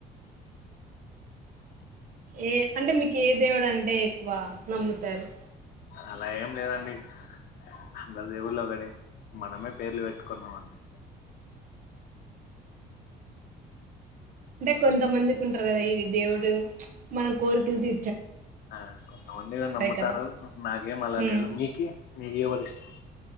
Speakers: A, on the right (about 55°); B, on the left (about 65°).
A: ఏ అంటే మీకు ఏ దేవుడు అంటే ఎక్కువ నమ్ముతారు
B: అలా ఏం లేదండి అందరి దేవుల్లు ఒకటే మనమే పేర్లు పెట్టుకున్నాం అంతే
A: అంటే కొంతమందికి ఉంటారు కదా ఈ దేవుడు మనం కోరికెలు తి
B: ఆ కొంతమందిగా నమ్ముతారు
A: కదా
B: నాకేం అలా
A: ఉమ్
B: లేదు మీకి మీకు ఎవరు ఇష్టం